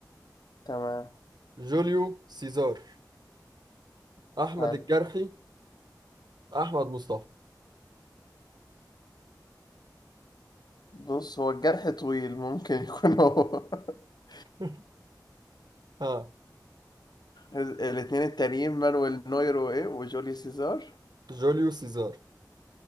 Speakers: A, on the left; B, on the right.
A: تمام
B: جوليو سيزار أحمد
A: حلو
B: الجرحي أحمد مصطفى
A: بص هو الجرح طويل ممكن يكون هو <laughs>
B: <laughs> ها
A: الاثنين التانيين مانويل نوير وايه وجوليو سيزار
B: جوليو سيزار